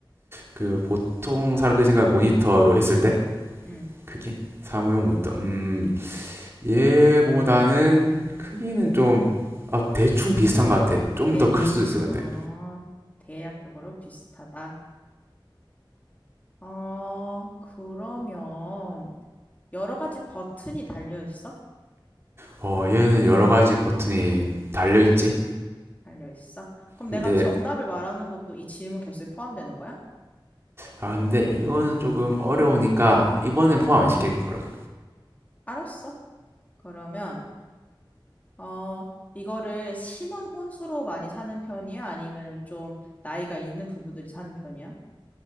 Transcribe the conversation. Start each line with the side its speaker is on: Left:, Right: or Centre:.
Right: 그 보통 사람들이 생각하는 모니터로 했을 때
Left: 응.
Right: 크기? 사무용 모니터. 음, 얘보다는 크기는 좀, 아, 대충 비슷한 것 같아. 좀
Left: 대충
Right: 더 클 수도
Left: 비례,
Right: 있어, 근데.
Left: 어, 대략적으로 비슷하다. 어, 그러면, 여러 가지 버튼이 달려 있어?
Right: 어, 얘는 여러 가지 버튼이 달려있지.
Left: 달려 있어? 그럼
Right: 근데,
Left: 내가 정답을 말하는 것도 이 질문 개수에 포함되는 거야?
Right: 아, 근데 이거는 조금 어려우니까 이번엔 포함 안 시킬게, 그러면.
Left: 알았어. 그러면, 어, 이거를 신혼 혼수로 많이 사는 편이야? 아니면 좀 나이가 있는 부부들이 사는 편이야?